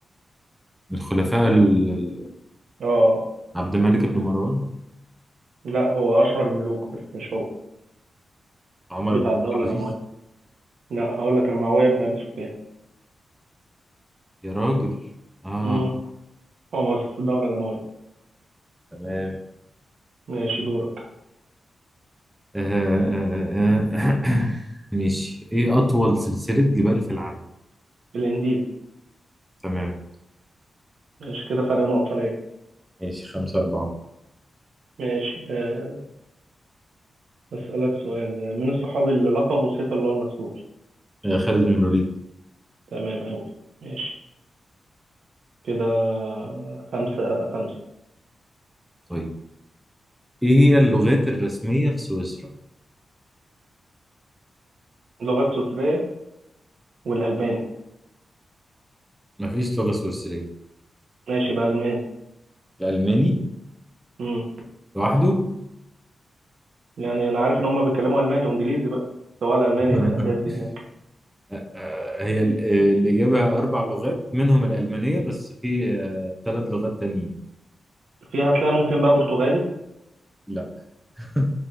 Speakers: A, in the centre; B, on the right.
A: من الخلفاء ال... ال-
B: اه آه.
A: عبد الملك بن مروان
B: لا هو اشهر ملوك بس مش هو
A: عمر
B: بتاع
A: بن عبد
B: الدولة الأموية
A: العزيز
B: لا هقول لك المعاوية بن ابي سفيان
A: يا راجل آه
B: امم هو مؤسس الدولة الأموية
A: تمام
B: ماشي دورك
A: آه، آه، آه، آه. <coughs> ماشي إيه أطول سلسلة جبال في العالم
B: الإنديز
A: تمام
B: ماشي كده فرق نقطة ليه
A: ماشي خمسة أربعة
B: ماشي آه، أسألك سؤال من الصحابي اللي لقبه سيف الله المسلول
A: آه، خالد بن الوليد
B: تمام أوي ماشي كده خمسة خمسة
A: طيب إيه هي اللغات الرسمية في سويسرا؟
B: اللغة السويسرية والألماني
A: مفيش لغة سويسرية
B: ماشي بقى ألماني
A: الألماني
B: مم.
A: لوحده
B: يعني أنا عارف إن هما بيتكلموا ألماني وإنجليزي بقى سواء الألماني
A: <laughs>
B: أساسي هناك
A: آه، هي ال- آه، الإجابة أربع لغات منهم الألمانية بس في آه، ثلاث لغات تانيين
B: فيها هتلاقي ممكن بقى برتغالي
A: لا <laughs>